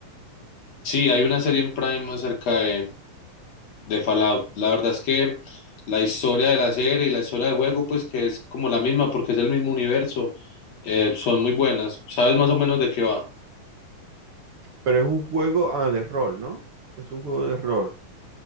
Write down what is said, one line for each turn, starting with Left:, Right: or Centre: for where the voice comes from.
Left: Sí, hay una serie en Prime acerca de, de Fallout. La verdad es que la historia de la serie y la historia del juego, pues que es como la misma porque es el mismo universo, eh, son muy buenas. ¿Sabes más o menos de qué va?
Right: pero es un juego ah, de rol, ¿no? Es un juego de rol.